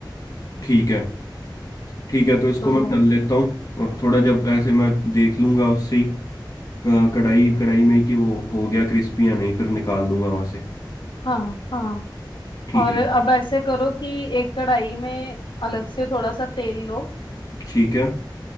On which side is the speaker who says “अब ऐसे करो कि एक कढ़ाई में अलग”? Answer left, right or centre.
Left